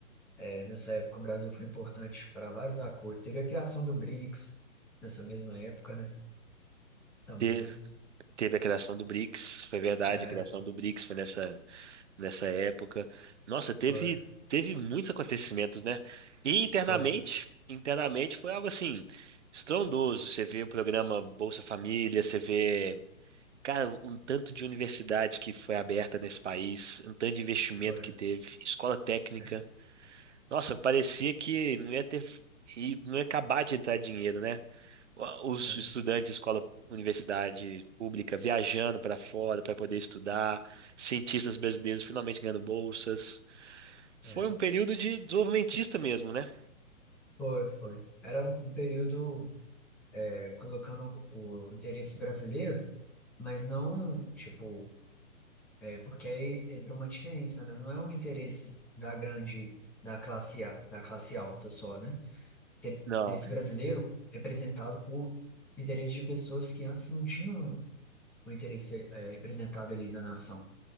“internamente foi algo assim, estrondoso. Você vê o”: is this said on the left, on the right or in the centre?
Right